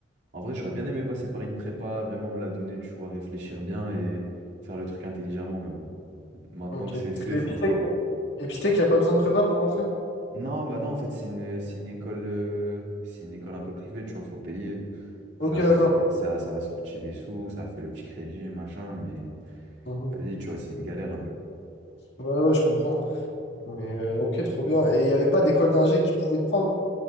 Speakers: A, on the right; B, on the left.
A: en vrai, j'aurais bien aimé passer par une prépa, vraiment me la donner, tu vois, réfléchir bien et faire le truc intelligemment. Mais bon, maintenant
B: ok.
A: que
B: Parce
A: c'est fait,
B: que Epitech,
A: faut que je me...
B: Epitech, il n'y a pas besoin de prépa pour rentrer?
A: Non, bah non, en fait, c'est une, c'est une école, euh, c'est une école un peu privée, tu vois, faut payer.
B: Ok,
A: Ça a
B: d'accord.
A: fait, ça, ça a sorti les sous, ça a fait le petit crédit, machin, mais
B: Mhm.
A: vas-y, tu vois, c'est une galère un peu.
B: Ouais, ouais, je comprends. Mais euh, ok, trop bien. Et il n'y avait pas d'école d'ingé qui pouvait te prendre?